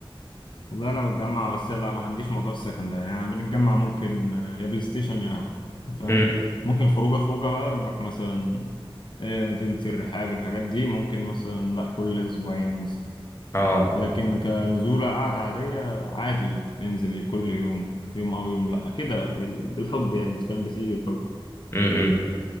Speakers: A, on the left (about 55°); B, on the left (about 30°).
A: والله انا بتجمع بس لا ما عنديش موضوع السكن ده يعني أنا بنتجمع ممكن آه، يا بلاي ستيشن يا قهوه انت فاهم
B: امم
A: ممكن خروجه خروجه بقى نروح مثلا آه، مدينه الرحاب الحاجات دي ممكن مثلا لا كل اسبوعين مثلا
B: اه
A: لكن كنزوله قعده عاديه عادي بننزل كل يوم يوم او يوم لا كده بال- بالحب يعني انت فاهم بتيجي الحب
B: امم